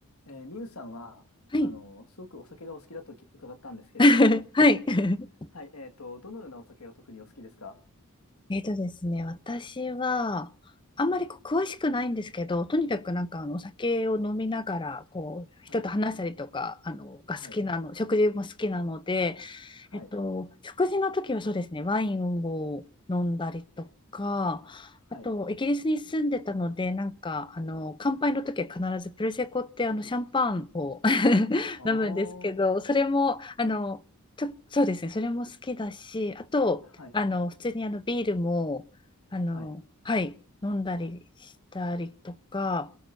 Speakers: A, on the left; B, on the left.
A: えー、ミユさんは、
B: はい。
A: あの、すごくお酒がお好きだとき伺ったんですけれども、
B: <laughs> はい。<laughs>
A: はい、えっと、どのようなお酒が特にお好きですか
B: えーとですね、私はあんまりこう詳しくないんですけど、とにかくなんかあのお酒を飲みながらこう人と話したりとかあのが好きなの、
A: はい、はい、
B: 食事も好きなので、
A: はい、
B: えっと、食事の時はそうですね、ワインを飲んだりとか、
A: はい。
B: あと、イギリスに住んでたので、なんか、あの、乾杯の時は必ずプレセコってあのシャンパンを <laughs>
A: あー
B: 飲むんですけど、それも、あの、ちょそうですね、それも好きだし、あと、
A: はい、
B: あの、普通にあのビールも、あの、
A: はい、
B: はい、飲んだりしたりとか、